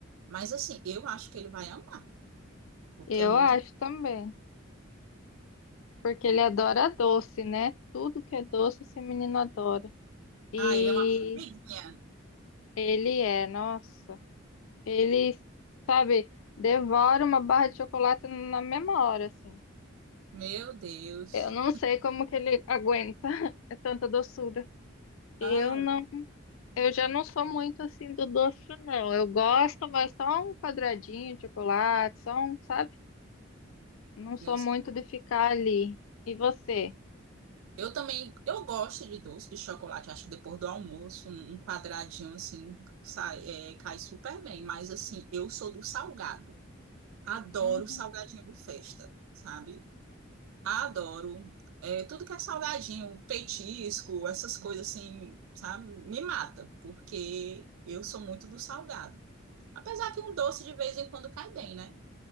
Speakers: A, on the right (about 75°); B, on the left (about 70°).
A: Mas assim, eu acho que ele vai amar, porque
B: eu
A: é muito.
B: acho também, porque ele adora doce, né? Tudo que é doce, esse menino adora. E
A: Ah, ele é uma formiguinha.
B: ele é, nossa, ele, sabe, devora uma barra de chocolate na mesma hora, assim.
A: Meu Deus.
B: Eu não sei como que ele aguenta, <laughs> é tanta doçura. Eu
A: Ai,
B: não Eu já não sou muito assim do doce, não. Eu gosto, mas só um quadradinho de chocolate, só um, sabe? Não sou
A: meu Deus.
B: muito de ficar ali. E você?
A: Eu também, eu gosto de doce de chocolate. Acho que depois do almoço, um, um quadradinho assim sai, é, cai super bem. Mas assim, eu sou do salgado. Adoro
B: Uhum.
A: salgadinho de festa, sabe? Adoro. É, tudo que é salgadinho, petisco, essas coisas assim, sabe? Me mata, porque eu sou muito do salgado. Apesar que um doce de vez em quando cai bem, né?